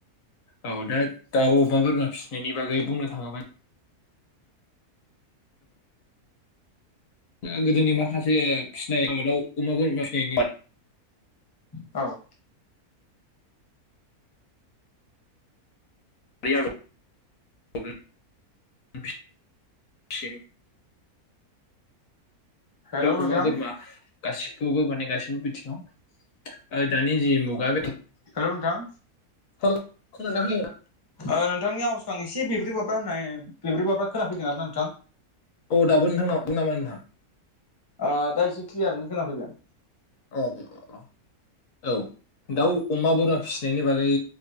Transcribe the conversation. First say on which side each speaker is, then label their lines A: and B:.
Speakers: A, on the left (about 65°); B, on the left (about 30°).
A: औ दा दाउ अबेबा बोरमा फिसिनायनि बागै बुंनो थाङोबा ओ गोदोनि माखासे फिसिनाय दाउ अमा बोरमा फिसिनायनि बादै
B: औ
A: <unintelligible>
B: हेलौ
A: दाउ
B: नोंथां
A: अमा बोरमा। गासैखौबो माने गासैबो बिथिङाव ओ दानि जि मुगा बे
B: हेलौ नोंथां
A: हेलौ खोनादों ना खोनायाखै नोंथां
B: ओ नोंथांनि आउसखौ आं एसे बेब्रै बाब्रा होननाय बेब्रे बाब्रा खोनाफैदों आरो ना नोंथां
A: औ दाबो नोंथांनाव <unintelligible> नामा नोंथां
B: आ दा एसे क्लियारैनो खोनाफैबाय आं
A: औ औ औ दाउ अमा बोरमा फिसिनायनि ओ बागै